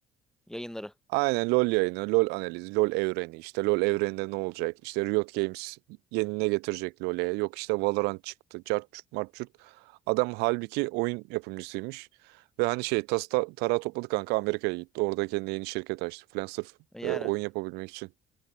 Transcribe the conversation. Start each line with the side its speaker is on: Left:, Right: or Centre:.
Centre: Yayınları.
Right: Aynen LoL yayını, LoL analizi, LoL evreni işte LoL evreninde ne olacak? İşte Riot Games yeni ne getirecek LoL'e? Yok işte Valorant çıktı. Cart çurt mart çurt. Adam halbuki oyun yapımcısıymış. Ve hani şey tas ta- tarağı topladı kanka Amerika'ya gitti. Orada kendine yeni şirket açtı falan sırf
Centre: E,
Right: e,
Centre: Yani.
Right: oyun yapabilmek için.